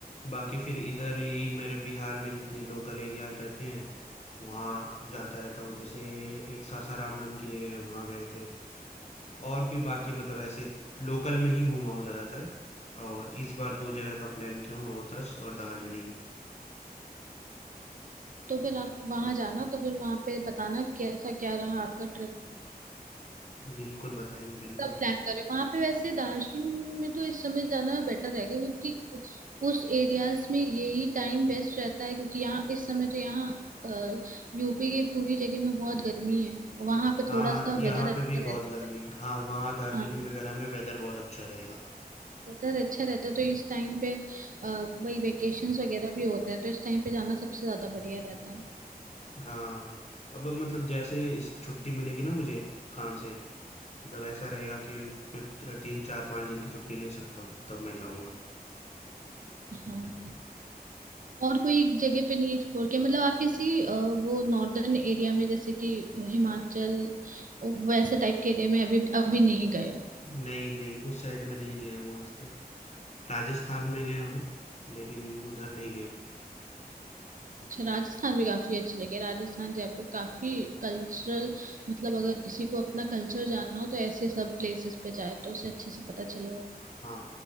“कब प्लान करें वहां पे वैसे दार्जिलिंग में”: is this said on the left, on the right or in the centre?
Right